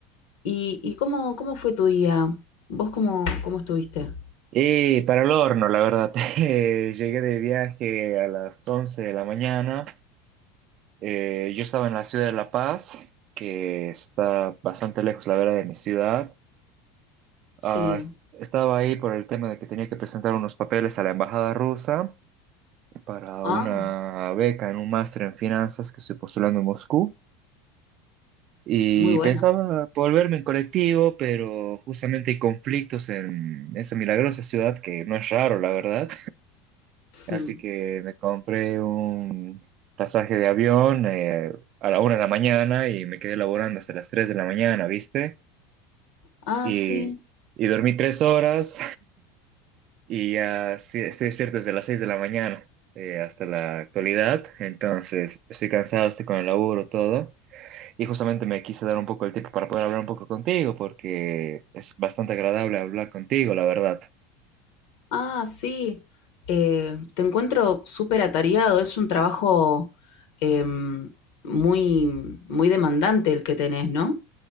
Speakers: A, on the left (about 75°); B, on the right (about 45°).
A: ¿Y, y cómo, cómo fue tu día? ¿Vos cómo, cómo estuviste?
B: Y para el horno, la verdad, <laughs> eh, llegué de viaje a las 11 de la mañana. Eh, yo estaba en la ciudad de La Paz, que está bastante lejos, la verdad, de mi ciudad.
A: Sí.
B: Ah, es- estaba ahí por el tema de que tenía que presentar unos papeles a la embajada rusa para
A: Ah,
B: una beca en un máster en finanzas que estoy postulando en Moscú. Y
A: muy bueno.
B: pensaba volverme en colectivo, pero justamente hay conflictos en esa milagrosa ciudad que no es raro, la verdad.
A: <laughs>
B: Así
A: Hmm.
B: que me compré un pasaje de avión eh, a la una de la mañana y me quedé laborando hasta las tres de la mañana, ¿viste?
A: Ah,
B: Y,
A: sí.
B: y dormí tres horas y ya sí- estoy despierto desde las seis de la mañana eh, hasta la actualidad. Entonces estoy cansado, estoy con el laburo, todo. Y justamente me quise dar un poco el tiempo para poder hablar un poco contigo, porque es bastante agradable hablar contigo, la verdad.
A: Ah, sí. Eh, te encuentro súper atareado. Es un trabajo em, muy, muy demandante el que tenés, ¿no?